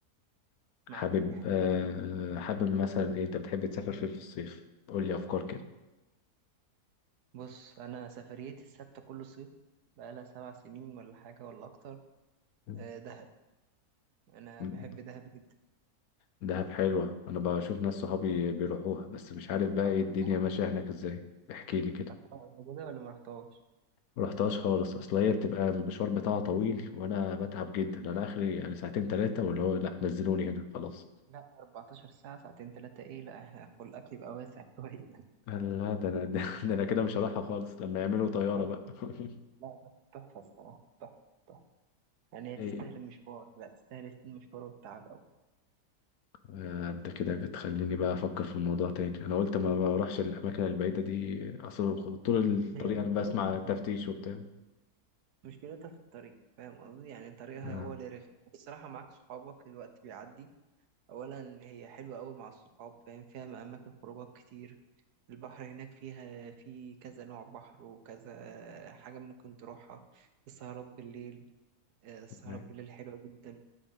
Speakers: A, on the left; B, on the right.
A: حابب
B: معاك في حاجه
A: آه، حابب مثلا ايه انت بتحب تسافر فين في الصيف قول لي افكار كده
B: بص انا سفريتي الثابته كل صيف بقالها سبع سنين ولا حاجه ولا اكتر
A: <laughs>
B: آه، دهب انا
A: م-
B: بحب دهب جدا
A: دهب حلوة انا بشوف ناس صحابي بيروحوها بس مش عارف بقى ايه
B: رحتها
A: الدنيا ماشية هناك ازاي احكي لي كده
B: قبل كده ولا ما رحتهاش
A: مرحتهاش خالص اصل هي بتبقى المشوار بتاعها طويل وانا بتعب جدا انا اخري يعني ساعتين ثلاثة واللي هو لا نزلوني هنا خلاص
B: لا 14 ساعة ساعتين تلاتة ايه لا إحنا خلقك يبقى واسع <laughs> شوية
A: لا ده انا <laughs> ده انا كده مش هروحها خالص لما يعملوا طيارة
B: آه،
A: بقى <laughs>
B: لا بس تحفة الصراحة تحفة تحفة يعني هي
A: إيه
B: تستاهل المشوار لا تستاهل المشوار والتعب أوي
A: آه، انت كده بتخليني بقى افكر في الموضوع تاني انا قلت ما بروحش الاماكن البعيده دي اصل طول الطريق
B: هي مشكلتها
A: انا بسمع
B: في الطريق
A: تفتيش وبتاع
B: مشكلتها في الطريق فاهم قصدي يعني طريقها
A: آه.
B: هو اللي رخم بس الصراحة معاك صحابك الوقت بيعدي أولا هي حلوة أوي مع الصحاب فاهم فيها أماكن خروجات كتير البحر هناك فيها في كذا نوع بحر وكذا حاجة ممكن تروحها السهرات بالليل آه، السهرات
A: أيوة.
B: بالليل حلوة جدا